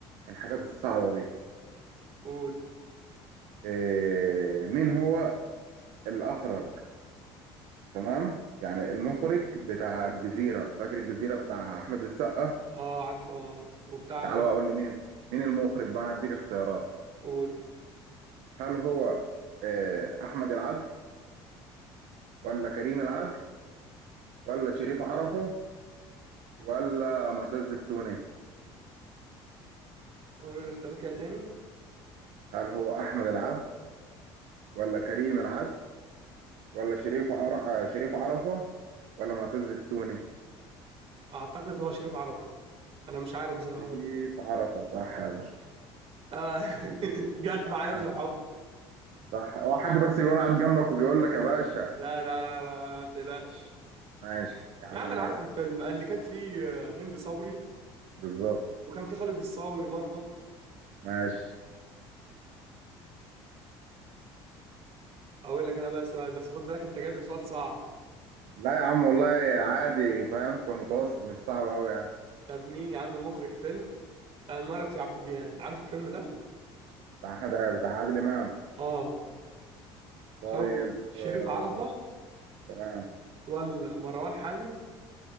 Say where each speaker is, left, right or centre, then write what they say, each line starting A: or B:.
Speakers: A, on the right; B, on the right.
A: من الحاجات الصعبة دي
B: قول
A: إيه، مين هو الأخرج تمام يعني المخرج بتاع الجزيرة فاكر الجزيرة بتاع أحمد السقا
B: اه عارفه اه وبتاع
A: تعال بقى أقول لي مين مين المخرج بقى أنا هديك اختيارات
B: قول
A: هل هو إيه، أحمد العدل ولا كريم العدل ولا شريف عرفة ولا معتز التوني
B: قولوا لي اختيارات كده تاني
A: هل هو أحمد العدل ولا كريم العدل ولا شريف عرفة شريف عرفة ولا معتز التوني
B: اعتقد هو شريف عرفة انا مش عارف بصراحة
A: شريف
B: برضه
A: عرفة صح يا باشا
B: آه، <laughs> جت معايا
A: صح
B: بالحب
A: صح هو حد بس يكون قاعد جنبك وبيقول لك يا باشا
B: لا لا لا لا لا ما تقلقش
A: ماشي يا عم
B: يا عم
A: ماشي
B: انا عارف الفيلم اللي كانت فيه آه، هند صبري
A: بالظبط
B: وكان فيه خالد الصاوي برضه
A: ماشي
B: اقول لك انا بقى سؤال بس خد بالك انت جايب لي سؤال صعب
A: لا يا عم والله عادي فاهم في متوسط مش صعب قوي يعني
B: طب مين يا عم مخرج فيلم عمارة يعقوبيان عارف الفيلم ده
A: بتاع حد- بتاع عادل امام
B: اه
A: طيب
B: هو شريف
A: آه،
B: عرفة
A: تمام
B: ولا مروان حامد